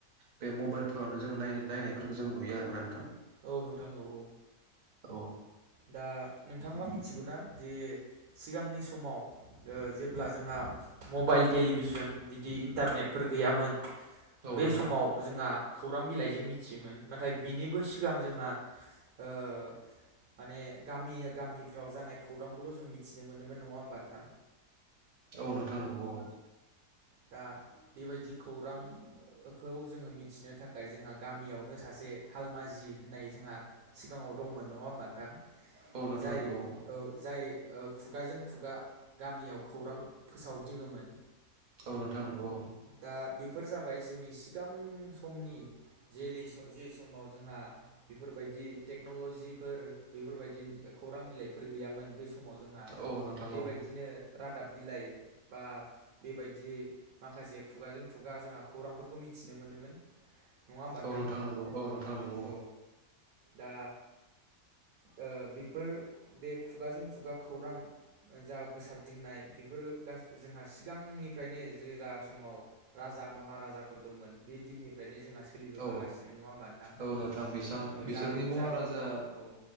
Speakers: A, on the right; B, on the right.
A: बे मबायलफोरावनो जों नायनाय नायनायफोरखौ जों नुयो आरोना नोंथां।
B: औ नोंथां औ औ
A: औ
B: दा नोंथाङा मिथिगौना जे सिगांनि समाव ओ जेब्ला जोंहा मबायल टेलिभिजोन बिदि इ-इन्टारनेटफोर गैयामोन।
A: औ
B: बे
A: नोंथां
B: समाव जोंहा खौरां बिलायजों मिथियोमोन नाथाय बिनिबो सि सिगां जोंहा ओ माने गामिया गामिफ्राव जानाय खौरांखौल' जों मिथिनो मोनोमोन नङा होमबा नोंथां।
A: औ नोंथां नोंगौ औ।
B: दा बेबायदि खौरांखौ जोङो मिथिनो थाखाय जोंहा गामियावनो सासे हालमाजि होननाय जोंहा सिगाङाव दंमोन नङा होमबा नोंथां।
A: औ नोंथां
B: जाय
A: नंगौ
B: औ जाय ओ खुगाजों खुगा गामियाव खौरां फोसावदिङोमोन।
A: औ नोंथां नोंगौ औ।
B: दा बेफोर जाबाय जोंनि सिगां समनि जेलि जे समाव जोंहा बेफोरबायदि दि टेक्न'लजिफोर बेफोरबायदि खौरां बिलायफोर गैयामोन बे समाव जोंहा।
A: औ नोंथां
B: बेबायदिनो
A: औ
B: रादाब बिलाय बा बेबायदि माखासे खुगाजों खुगा जोंहा खौरांफोरखौ मिथिनो मोनोमोन नङा होमबा नोंथां।
A: औ नंगौ औ नोंथां नंगौ
B: औ दा ओ बे फोर बे खुगाजों खुगा खौरां जा गोसारदिंनाय बेफोर गासिबो जोंहा सि सिगांनिफ्रायनो जे दा समाव राजा महाराजाफोर दंमोन बे दिननिफ्रायनो जोंहा सोलिबोखागासिनो
A: औ
B: नङा होमबा नोंथां
A: औ नोंथां बिसां
B: ओ
A: बिसोरनि
B: जारि-जारिमिनाव
A: महाराजा
B: औ।